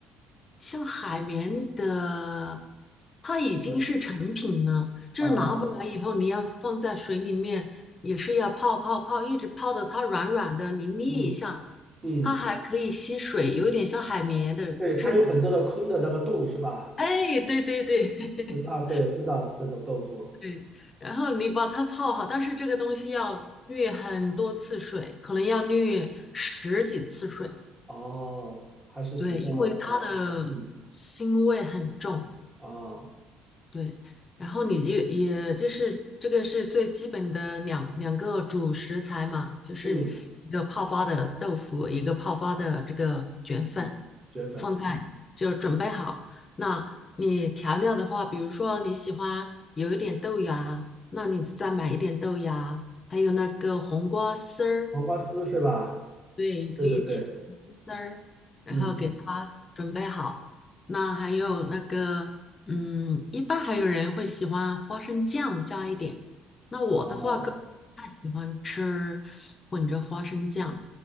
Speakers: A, on the left; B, on the right.
A: 像海绵的，它已经是成品了，
B: 是
A: 就是拿回来以后，
B: 啊，
A: 你要放在水里面，也是要泡泡泡，一直泡的它软软的，你捏一下，
B: 嗯嗯，
A: 它还可以吸水，有点像海绵的质地。
B: 对，它有很多的空的那个洞是吧？
A: 哎，对对对，<laughs>
B: 对啊，对，知道这种豆腐
A: 对。然后你把它泡好，但是这个东西要滤很多次水，可能要滤十几次水，
B: 哦，还是比较
A: 对，因为它的腥味很重。
B: 嗯啊，
A: 对，然后你就也就是这个是最基本的两两个主食材嘛，就是一个泡发的豆腐，
B: 嗯
A: 一个泡发的这个卷粉，
B: 嗯，卷粉嗯，
A: 放在就准备好。那你调料的话，比如说你喜欢有一点豆芽，那你再买一点豆芽，还有那个黄瓜丝儿，
B: 黄瓜丝是吧？
A: 对，也可以切成丝丝儿，
B: 对对对，
A: 然后给它准备好。
B: 嗯
A: 那还有那个，嗯，一般还有人会喜欢花生酱加一点。那我的话，
B: 哦
A: 个人不太喜欢吃混着花生酱，